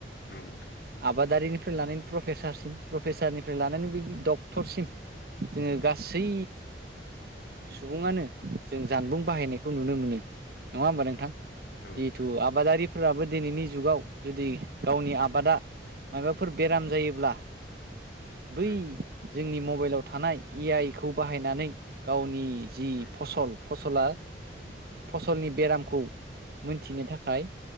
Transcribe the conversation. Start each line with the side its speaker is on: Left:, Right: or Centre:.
Left: औ नोंथां
Right: आबादारिनिफ्राय लानानै प्रफेसारसिम प्रफेसारनिफ्राय लानानै बै डक्टरसिम जोङो
Left: औ नोंथां
Right: गासै सुबुङानो जों जानबुं
Left: उम
Right: बाहायनायखौ नु नो मोनो नङा होमबा नोंथां
Left: औ
Right: जिहेथु
Left: नोंथां
Right: आबादारिफोराबो दिनैनि जुगाव जुदि
Left: उम औ
Right: गावनि आबादा माबाफोर बेराम जायोब्ला बै
Left: औ
Right: जोंनि मबाइलाव थानाय ए आइ खौ बाहायनानै गावनि जि
Left: उम
Right: फसल फसला फसलनि बेरामखौ मोनथिनो था थाखाय